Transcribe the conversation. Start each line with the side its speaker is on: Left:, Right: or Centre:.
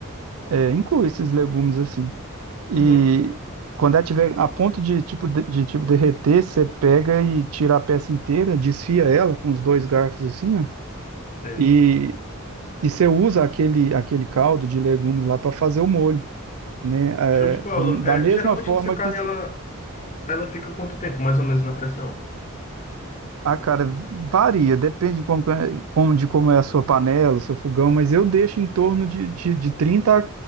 Right: é, inclui esses legumes assim. E
Left: Uhum,
Right: quando ela tiver a ponto de tipo de, de, tipo derreter, você pega e tira a peça inteira, desfia ela com os dois garfos assim, ó,
Left: sei.
Right: e, e você usa aquele aquele caldo de legumes lá para fazer o molho, né?
Left: Show de
Right: É,
Left: bola.
Right: do- da
Left: É,
Right: mesma
Left: geralmente
Right: forma
Left: essa carne,
Right: que
Left: ela, ela fica quanto tempo, mais ou menos, na pressão?
Right: Ah, cara, varia, depende de como, é- como- de como é a sua panela, o seu fogão, mas eu deixo em torno de, de, de 30 a